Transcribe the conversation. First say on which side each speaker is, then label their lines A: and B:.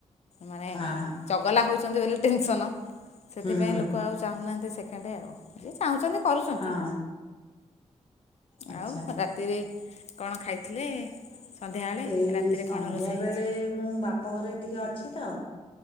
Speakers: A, on the left; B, on the left.
A: ମାନେ
B: ହଁ
A: ଚଗଲା ହଉଛନ୍ତି ବୋଲି ଟେନସନ୍। ସେଥିପାଇଁ
B: ହୁଁ
A: ଲୋକ ଆଉ ଚାହୁଁନାହାଁନ୍ତି ସେକେଣ୍ଡେ ଆଉ। ଯିଏ ଚାହୁଁଛନ୍ତି କରୁଛନ୍ତି।
B: ହଁ ଆଚ୍ଛା
A: ଆଉ ରାତିରେ କଣ ଖାଇଥିଲେ? ସନ୍ଧ୍ୟାବେଳେ
B: ଏଇ
A: ରାତିରେ
B: ସନ୍ଧ୍ୟା
A: କ'ଣ ରୋଷେଇ
B: ବେଳେ
A: ହେଇଛି
B: ମୁଁ ବାପ ଘରେ ଟିକେ ଅଛି ତ!